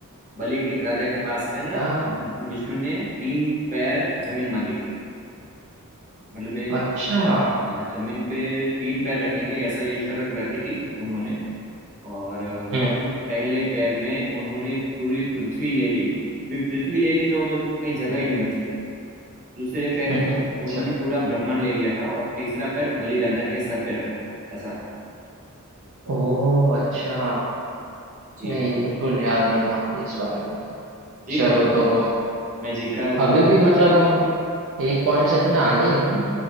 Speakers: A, on the right; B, on the right.
A: बलि के राजा के
B: अच्छा
A: पास से ना भगवान विष्णु ने तीन पैर जमीन मांगी थी मतलब मैं
B: अच्छा
A: हाँ, जमीन पे तीन पैर रखेंगे ऐसा ये शर्त रखी थी उन्होंने और अ,
B: हम्म
A: पहले पहले ही पैर में उन्होंने पूरी पृथ्वी ले ली भी पृथ्वी ले ली तो कहीं जगह ही नहीं बची दूसरे पैर
B: <laughs>
A: में
B: अच्छा
A: उन्होंने पूरा ब्रह्मांड ले लिया था और तीसरा पैर बलि राजा के सर पे रखा था ऐसा था
B: ओ अच्छा
A: जी
B: नहीं बिल्कुल याद नहीं था मुझे इस बारे में तो
A: जी
B: चलो
A: कोई बात
B: तो
A: नहीं मैं जीत रहा हूँ थोड़ा
B: अभी भी मतलब हम एक पॉइंट से तो मैं आगे ही हूँ ना